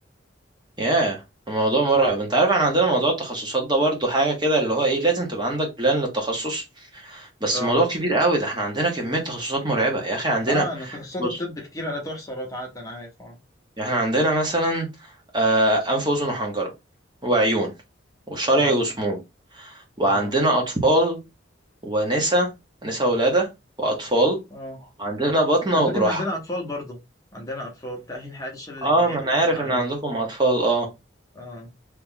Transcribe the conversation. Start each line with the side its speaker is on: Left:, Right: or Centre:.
Right: ياه الموضوع مرعب انت عارف احنا عندنا موضوع التخصصات ده برضو حاجة كده اللي هو ايه لازم تبقى عندك بلان للتخصص بس
Left: اه
Right: الموضوع كبير قوي ده احنا عندنا كمية تخصصات مرعبة يا اخي عندنا
Left: اه انا تخصصات
Right: بص
Left: الطب كتير لا تحصى لا تعد انا عارف اه
Right: احنا عندنا مثلا آه، انف واذن وحنجرة وعيون وشرعي
Left: اه
Right: وسموم وعندنا
Left: اه
Right: اطفال ونسا نسا ولادة واطفال
Left: اه
Right: وعندنا بطنة
Left: على
Right: وجراحة
Left: فكرة احنا عندنا اطفال برضو عندنا اطفال تأهيل حالات الشلل
Right: اه
Left: الدماغي
Right: ما انا
Left: لو
Right: عارف
Left: تسمع عنها
Right: ان عندكم اطفال اه
Left: اه